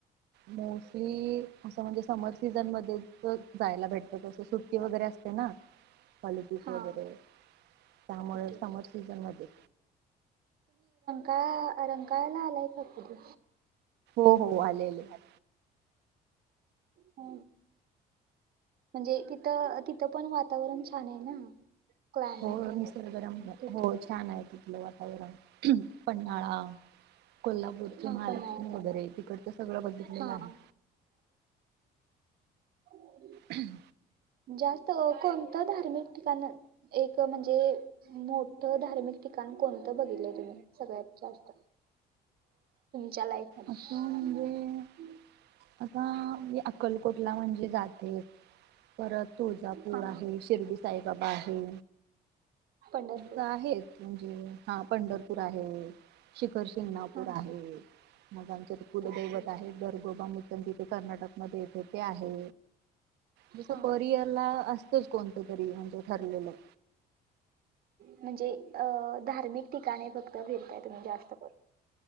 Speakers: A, on the right; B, on the right.
A: मोस्टली -असं म्हणजे समर सीझनमध्ये- जायला भेट- कस सुट्टी वगैरे असते ना? कॉलजेस
B: हा
A: वगैरे त्यामुळे
B: ओके
A: समर सीझन मध्ये.
B: का रंंकाळाला आलायत का कधी?
A: हो हो आलेलेले.
B: ह. म्हणजे तिथं, तिथं पण वातावरण छान आहे ना? क्लायमेट
A: हो.
B: वगैरे
A: निसर्गरम्य.
B: तिथून
A: हो छान आहे तिथलं वातावरण पन्हाळा कोल्हापूरची
B: हा
A: महालक्ष्मी
B: पन्हाळ्याचा
A: वगैरे तिकडच सगळ बघितलेलं
B: हा
A: आहे.
B: हो.
A: हम्म.
B: जास्त कोणतं धार्मिक ठिकाण, एक म्हणजे मोठ धार्मिक ठिकाण कोणतं बघितलं तुम्ही सगळ्यात जास्त? च्या लाईफमध्ये
A: असं म्हणजे
B: -
A: आता मी अक्कलकोटला म्हणजे जाते. परत तुळजापूर
B: हा
A: आहे, शिर्डी साईबाबा आहे.
B: पंढरपूर
A: आहे- हा पंढरपूर आहे. - श खर शिंगणापूर
B: हा
A: आहे. मग आमच्यात कुलदैवत
B: ओके
A: आहे दरगोबा- पण तिथे कर्नाटक- मध्ये येते ते आहे जस
B: हा
A: परिअर ला असतच कोणतं- करी म्हणजे - ठरलेलं.
B: म्हणजे अ -धार्मिक ठिकाणी फक्त फिरता तुम्ही जास्त करून.